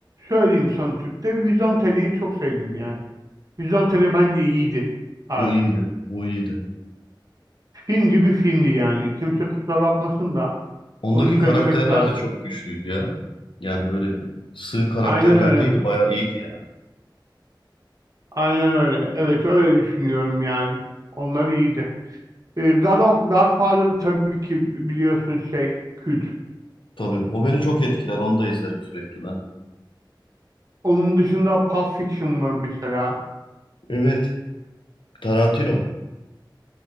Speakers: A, on the right; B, on the left.
A: söyleyeyim sana Türk'te Vizontele'yi çok sevdim yani. Vizontele bence iyiydi abi.
B: O iyiydi. O iyiydi.
A: Film gibi filmdi yani. Kimse kusura bakmasın da
B: Ondaki
A: onu söylemek
B: karakterler
A: lazım.
B: de çok güçlüydü ya. Yani böyle sığ karakterler
A: Aynen öyle.
B: değildi. Bayağı iyiydi yani.
A: Aynen öyle. Evet öyle düşünüyorum yani. Onlar iyiydi. Ee, God of Godfather tabii ki biliyorsun şey kült.
B: Tabii. O beni çok etkiler. Onu da izlerim sürekli ben.
A: Onun dışında Pulp Fiction var mesela.
B: Evet. Tarantino.